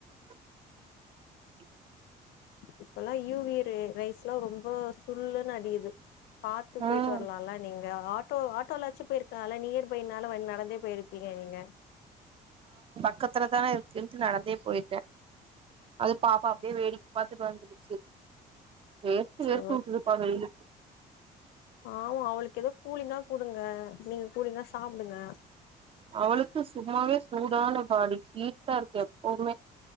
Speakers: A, on the right; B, on the left.
A: <unintelligible>
B: இப்ப எல்லா யூ வி ரே ஸ் எல்லா ரொம்ப சுல்லுன்னு அடிக்குது பாத்து போயிட்டு
A: ம்
B: வரலாம்ல நீங்க ஆட்டோ ஆட்டோலச்சு போயிருக்கல நீயர் பைனால வ நடந்தே போயிருப்பீங்க நீங்க
A: பக்கத்துலதானே இருக்குன்ட்டு நடந்தே போயிட்ட அது பாப்பா அப்படியே வேடிக்க பாத்து வந்துருச்சு வெத்து
B: சோ
A: வெத்து ஊத்துப்பா வெயிலு
B: ஆமா அவளுக்கு ஏதோ கூலிங்கா கூடுங்க நீங்க கூலிங்கா சாப்பிடுங்க
A: அவளுக்கு சும்மாவே சூடான பாடி ஹீட்டா இருக்கு எப்பவுமே